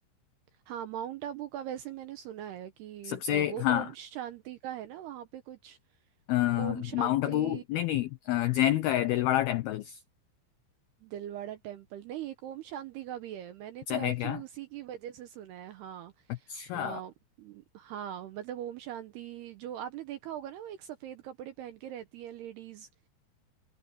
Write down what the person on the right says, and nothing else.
हाँ माउंट आबू का वैसे मैंने सुना है कि
अ, वो
ओम शांति का है ना वहाँ पे कुछ
ओम शांति
दिलवाड़ा टेम्पल नहीं एक ओम शांति का भी है मैंने
तो एक्चुअली
उसी की वजह से सुना है हाँ
अ, म, हाँ मतलब ओम शांति जो आपने देखा होगा ना वो एक सफेद कपड़े पहन के रहती है लेडीज